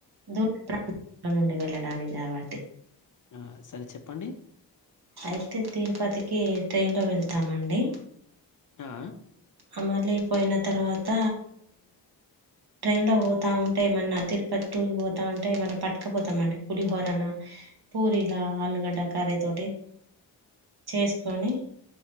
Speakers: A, on the right (about 55°); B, on the left (about 45°).
A: దూర ప్ర నుండి వెళ్ళడానికి కాబట్టి.
B: ఆ సరే చెప్పండి.
A: అయితే తిరుపతి కే ట్రైన్లో వెళ్తామండి.
B: ఆ
A: అమళ అయిపోయిన తర్వాత ట్రైన్ లో పోతా ఉంటే ఏమన్నా తిను పత్ఊరుకి పోతామంటే మనం పట్టుకపోతాంమంట పులిహోరన, పూరీలా ఆలుగడ్డ కర్రీ తోటి చేసుకొని